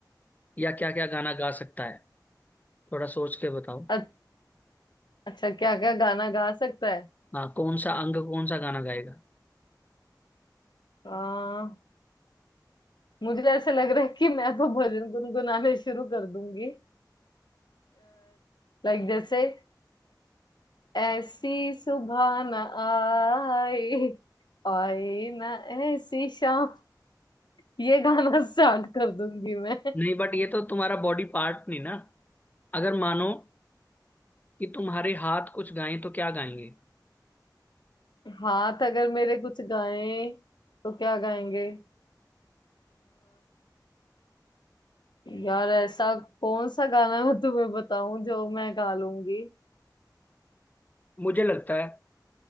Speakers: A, on the left; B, on the left.
A: या क्या क्या गाना गा सकता है थोड़ा सोच के बताओ
B: अ- अच्छा क्या क्या गाना गा सकता है
A: हाँ कौन सा अंग कौन सा गाना गाएगा
B: आ, मुझे ऐसे लग रहा है कि मैं तो भजन गुनगुनाने शुरू कर दूंगी लाइक जैसे ऐसी सुबह ना आए आए ना ऐसी शाम ये गाना <laughs> स्टार्ट कर दूंगी मैं
A: नहीं बट ये तो तुम्हारा बॉडी पार्ट नहीं ना अगर मानो कि तुम्हारे हाथ कुछ गाएं तो क्या गाएंगे
B: हाथ अगर मेरे कुछ गाएं तो क्या गाएंगे यार ऐसा कौन सा गाना मैं तुम्हें बताऊं जो मैं गा लूंगी
A: मुझे लगता है